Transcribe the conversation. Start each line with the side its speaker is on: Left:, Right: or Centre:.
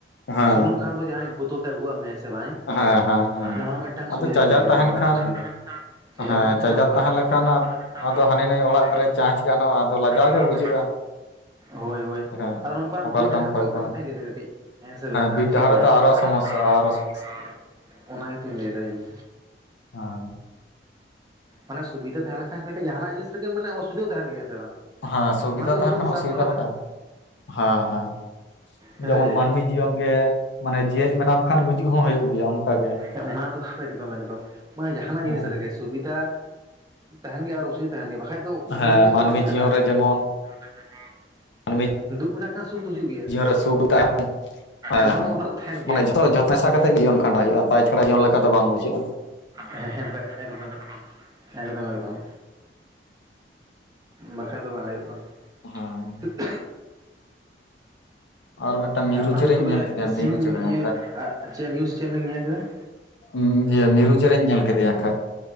Left: ᱦᱮᱸ
Right: ᱥᱩᱱᱩᱢ ᱠᱷᱟᱱ ᱫᱚ ᱡᱟᱦᱟᱸᱭ ᱵᱳᱛᱚᱞ ᱛᱮ ᱟᱹᱜᱩᱣᱟᱜ ᱢᱮᱭᱟᱭ ᱥᱮ ᱵᱟᱝ
Left: ᱦᱮᱸ ᱦᱮᱸ ᱦᱮᱸ
Right: ᱚᱱᱟ ᱦᱚᱸ ᱢᱤᱫᱴᱟᱝ
Left: ᱟᱫᱚ
Right: ᱥᱩᱵᱤᱫᱟᱧ
Left: ᱪᱟᱨᱡᱟᱨ
Right: ᱧᱮᱞ ᱠᱮᱫᱟ
Left: ᱛᱟᱦᱮᱱ
Right: ᱱᱚᱣᱟ
Left: ᱠᱷᱟᱱ
Right: ᱨᱮ ᱚᱥᱩᱵᱤᱫᱟ ᱪᱟᱡᱟᱨ
Left: ᱦᱮᱸ
Right: ᱛᱟᱦᱮᱱ
Left: ᱪᱟᱨᱡᱟᱨ
Right: ᱠᱟᱱ ᱜᱟᱱ ᱫᱚ
Left: ᱛᱟᱦᱮᱸ
Right: ᱜᱟᱱᱚᱜᱼᱟ᱾
Left: ᱞᱮᱠᱷᱟᱱ
Right: ᱪᱟᱡᱟᱨ ᱛᱟᱦᱮ ᱞᱮᱱ ᱠᱷᱟᱱ
Left: ᱟᱫᱚ ᱦᱟᱹᱱᱤ ᱱᱟᱹᱭ ᱚᱲᱟᱜ
Right: ᱫᱚ
Left: ᱨᱮ ᱪᱟᱨᱡᱽ ᱜᱟᱱᱚᱜᱼᱟ ᱟᱫᱚ ᱞᱟᱡᱟᱣ
Right: ᱟᱫᱚ
Left: ᱜᱮ ᱵᱩᱡᱷᱟᱹᱜᱼᱟ
Right: <unintelligible> ᱦᱳᱭ ᱦᱳᱭ᱾
Left: ᱦᱮᱸ
Right: ᱟᱫᱚ ᱱᱚᱝᱠᱟ
Left: ᱚᱠᱟ
Right: ᱵᱤᱨ
Left: ᱞᱮᱠᱟᱢ
Right: ᱰᱟᱦᱟᱨ
Left: ᱠᱷᱚᱭ
Right: ᱠᱚᱨᱮᱜ ᱚᱱᱟ
Left: ᱠᱚᱣᱟ
Right: ᱠᱟᱛᱷᱟᱧ ᱞᱟᱹᱭᱫᱟ ᱠᱟᱹᱴᱤᱡ ᱦᱮᱸ ᱥᱮ <unintelligible>
Left: ᱵᱤᱨ
Right: ᱟᱢ ᱪᱮᱫ
Left: ᱰᱟᱦᱟᱨ
Right: ᱮᱢ ᱞᱟᱹᱭᱫᱟ
Left: ᱨᱮᱫᱚ ᱟᱨᱚ
Right: ᱛᱟᱦᱞᱮ
Left: ᱥᱚᱢᱚᱥᱥᱟ
Right: ᱛᱚ ᱟᱨᱚ ᱥᱚᱢᱚᱥᱟᱜᱼᱟ᱾
Left: ᱥᱚᱢᱚᱥᱥᱟ
Right: ᱚᱱᱟ ᱜᱮᱛᱤᱚᱧ ᱞᱟᱹᱭᱫᱟ ᱤᱧ᱾
Left: ᱦᱮᱸ
Right: ᱢᱟᱱᱮ ᱥᱩᱵᱤᱫᱷᱟ ᱛᱟᱦᱮᱸ ᱞᱮᱠᱷᱟᱱ ᱠᱟᱴᱤᱡ ᱡᱟᱦᱟᱱᱟᱜ ᱡᱤᱱᱤᱥ ᱨᱮᱜᱮ ᱢᱟᱱᱮ ᱚᱥᱩᱵᱤᱫᱷᱟ ᱫᱚ ᱛᱟᱦᱮᱱ ᱜᱮᱭᱟ ᱥᱮ ᱵᱟᱝ᱾
Left: ᱦᱮᱸ ᱥᱩᱵᱤᱫᱟ
Right: ᱚᱱᱟ ᱫᱚ
Left: ᱛᱟᱦᱮᱸᱱ
Right: ᱩᱱᱟᱹᱜ
Left: ᱠᱷᱟᱱ
Right: ᱥᱟᱵ
Left: ᱚᱥᱩᱵᱤᱫᱟ
Right: ᱫᱚ
Left: ᱦᱚᱸ ᱛᱟᱦᱮᱱᱟ, ᱦᱮᱸ ᱦᱮᱸ᱾
Right: ᱥᱟᱨᱤ
Left: ᱡᱮᱢᱚᱱ
Right: ᱜᱮ
Left: ᱢᱟᱹᱱᱢᱤ
Right: <inaudible>
Left: ᱡᱤᱭᱚᱱ ᱜᱮ ᱢᱟᱱᱮ ᱡᱮᱣᱮᱫ ᱢᱮᱱᱟᱢ ᱠᱷᱟᱱ ᱜᱩᱡᱩᱜ ᱦᱚᱸ ᱦᱩᱭᱩᱜ ᱜᱮᱭᱟ ᱚᱱᱠᱟᱜᱮ
Right: ᱦᱮᱸ ᱚᱱᱟ ᱫᱚ ᱮᱠᱫᱚᱢ ᱮᱠᱫᱚᱢ ᱢᱟᱱᱮ ᱡᱟᱦᱟᱱᱟᱜ
Left: ᱦᱮᱸ
Right: ᱡᱤᱱᱤᱥ ᱨᱮᱜᱮ ᱥᱩᱵᱤᱫᱟ ᱛᱟᱦᱮᱱ ᱜᱮᱭᱟ ᱟᱨ ᱚᱥᱩᱵᱤ ᱛᱟᱦᱮᱱ ᱜᱮᱭᱟ ᱵᱟᱠᱷᱟ ᱫᱚ
Left: ᱦᱮᱸ
Right: ᱚᱱᱟ ᱡᱤᱱᱤᱥ
Left: ᱢᱟᱹᱱᱢᱤ
Right: ᱫᱚ ᱵᱟᱝ ᱪᱟᱞᱟᱜᱼᱟ᱾
Left: ᱡᱤᱭᱚᱱ ᱨᱮ ᱡᱮᱢᱚᱱ
Right: <inaudible>
Left: ᱢᱟᱹᱱᱢᱤ
Right: ᱫᱩᱜ ᱢᱮᱱᱟᱜ ᱠᱷᱟᱱ ᱥᱩᱠ ᱫᱚ ᱦᱤᱡᱩᱜ ᱜᱮᱭᱟ
Left: ᱡᱤᱭᱚᱱ ᱨᱮ ᱥᱩᱠ ᱛᱟᱦᱮᱱ ᱦᱮᱸ
Right: ᱚᱱᱟ
Left: ᱦᱮᱸ
Right: ᱫᱚ ᱚᱱᱟ ᱫᱚ ᱛᱟᱦᱮᱱ
Left: ᱢᱟᱱᱮ
Right: ᱜᱮᱭᱟ
Left: ᱡᱷᱚᱛᱚ ᱡᱷᱚᱛᱚ ᱦᱟᱥᱟ ᱠᱟᱛᱮ ᱡᱤᱭᱚᱱ ᱠᱷᱟᱸᱰᱟᱣ ᱦᱩᱭᱩᱜᱼᱟ᱾ ᱛᱟ ᱪᱷᱟᱲᱟ ᱡᱤᱭᱚᱱ ᱞᱮᱠᱟ ᱫᱚ ᱵᱟᱝ ᱵᱩᱡᱷᱟᱹᱜᱼᱟ᱾
Right: ᱦᱮᱸ ᱦᱮᱸ, ᱮᱠᱫᱚᱢ ᱮᱠᱫᱚᱢ ᱾ ᱮᱠᱫᱚᱢ ᱮᱠᱫᱚᱢ ᱵᱟᱠᱷᱟ ᱫᱚ ᱵᱟᱝ ᱦᱩᱭᱩᱜᱼᱟ᱾
Left: ᱦᱮᱸ᱾
Right: <inaudible>
Left: ᱟᱨ ᱢᱮᱜᱴᱟᱝ ᱢᱤᱨᱩ
Right: ᱟᱢ ᱟᱢ
Left: ᱪᱮᱨᱮᱧ
Right: ᱛᱚᱵᱮ
Left: ᱧᱮᱞ ᱠᱮᱫᱮᱭᱟ
Right: ᱥᱤᱢ
Left: ᱢᱤᱨᱩ ᱪᱮᱬᱮ
Right: ᱤᱭᱟᱹ
Left: ᱟᱝ ᱠᱷᱟ
Right: ᱪᱮᱫ ᱱᱤᱭᱩᱡ ᱪᱮᱫ ᱮᱢ ᱞᱟᱹᱭ ᱧᱮᱞ ᱠᱮᱫᱟ
Left: ᱩᱸ ᱦᱤᱭᱟᱹ ᱢᱤᱨᱩ ᱪᱮᱬᱮᱧ ᱧᱮᱞ ᱠᱮᱫᱮᱭᱟ ᱠᱷᱟᱡ